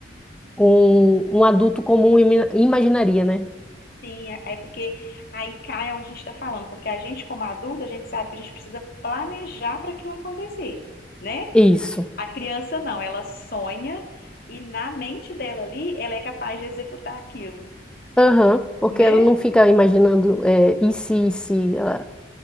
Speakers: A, in the centre; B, on the left.
A: um, um adulto comum imi- imaginaria, né?
B: Sim, é é porque aí cai onde a gente está falando, porque a gente, como adulto, a gente sabe que a gente precisa planejar para aquilo acontecer, né?
A: Isso.
B: A criança não, ela sonha e na mente dela ali, ela é capaz de executar aquilo,
A: Aham, porque
B: né?
A: ela não fica imaginando é, e se, e se. Ela,